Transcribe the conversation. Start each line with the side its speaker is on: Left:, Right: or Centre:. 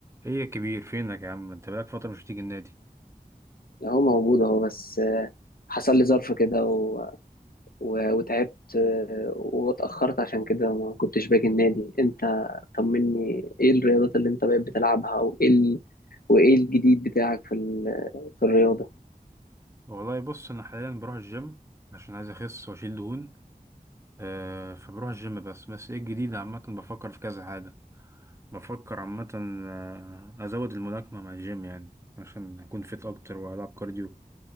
Right: ايه يا كبير فينك يا عم انت بقالك فترة مش بتيجي النادي
Left: اهو موجود اهو بس آه، حصل لي ظرف كده و... و... وتعبت آه، واتأخرت عشان كده ما كنتش باجي النادي انت طمني ايه الرياضات اللي انت بقيت بتلعبها وايه ال... وايه الجديد بتاعك في ال... في الرياضة
Right: والله بص انا حاليا بروح الجيم عشان عايز اخس واشيل دهون آه فبروح الجيم بس بس ايه الجديد عامة بفكر في كذا حاجة بفكر عامة آه، ازود الملاكمة مع الجيم يعني عشان اكون فيت اكتر والعب كارديو